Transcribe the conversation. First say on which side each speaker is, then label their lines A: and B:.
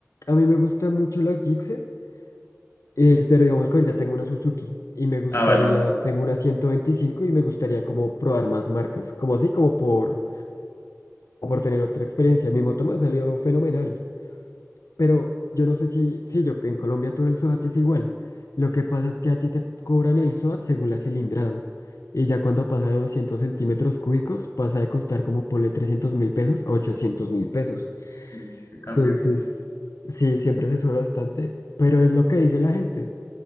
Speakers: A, on the left; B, on the left.
A: A mí me gusta mucho la Gixxer, eh, pero digamos que ahorita tengo una Suzuki y me gustaría,
B: Ah, vale.
A: tengo una 125 y me gustaría como probar más marcas, como así, como por, como por tener otra experiencia. Mi moto me ha salido fenomenal. Pero yo no sé si, sí, yo en Colombia todo el SOAT es igual. Lo que pasa es que a ti te cobran el SOAT según la cilindrada. Y ya cuando pasa de 200 centímetros cúbicos, pasa de costar como ponle trescientos mil pesos a ochocientos mil pesos.
B: Sí, qué cambio.
A: Entonces, sí, siempre se sube bastante, pero es lo que dice la gente.